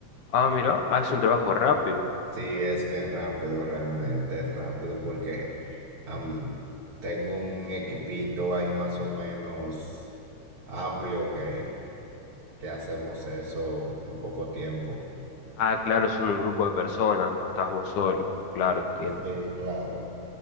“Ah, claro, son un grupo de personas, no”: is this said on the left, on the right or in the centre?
Left